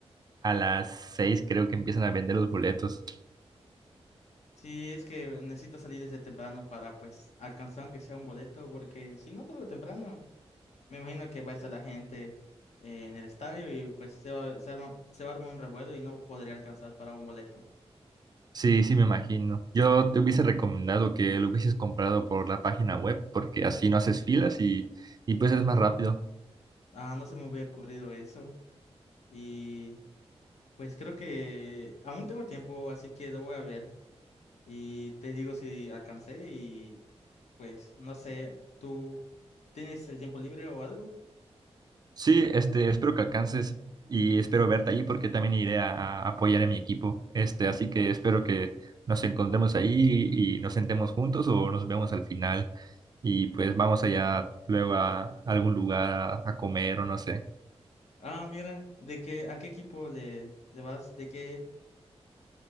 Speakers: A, on the right; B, on the left.
A: a las seis, creo que empiezan a vender los boletos.
B: Sí, es que necesito salir desde temprano para pues alcanzar aunque sea un boleto, porque si no salgo temprano, me imagino que va a estar la gente eh, en el estadio y pues se va, se arma- se va a armar un revuelo y no podría alcanzar para un boleto.
A: Sí, sí, me imagino. Yo te hubiese recomendado que lo hubieses comprado por la página web, porque así no haces filas y, y pues es más rápido.
B: Ah, no se me hubiera ocurrido eso y pues creo que aún tengo tiempo, así que lo voy a ver. Y te digo si alcancé Pues no sé, ¿tú tienes el tiempo libre o algo?
A: Sí, este, espero que alcances y espero verte allí porque también iré a, a apoyar a mi equipo. Este, así que espero que nos encontremos ahí y, nos sentemos juntos o nos vemos al final y pues vamos allá luego a algún lugar a, a comer o no sé.
B: Ah, mira, ¿de qué a qué equipo le, le vas? ¿De qué?